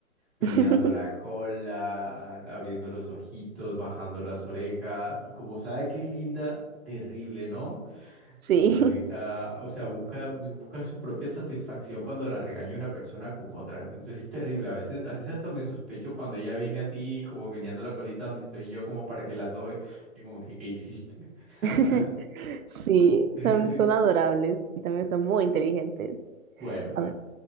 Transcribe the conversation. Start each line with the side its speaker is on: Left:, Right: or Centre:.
Centre: Meneando
Right: Genial.
Centre: la
Right: <laughs>
Centre: cola, abriendo los ojitos, bajando las orejas. Y como sabe que es linda, terrible, ¿no?
Right: Sí.
Centre: Esa perrita, o sea, busca, busca su propia satisfacción cuando la regaña una persona con otra. Eso sí es terrible. A veces, a veces hasta me sospecho cuando ella viene así, como meneando la colita donde estoy yo, como para que la sobe. Y como que, ¿qué hiciste? <laughs>
Right: <laughs> Sí, son,
Centre: Sí.
Right: son adorables y también son muy inteligentes.
Centre: Bueno,
Right: A ver.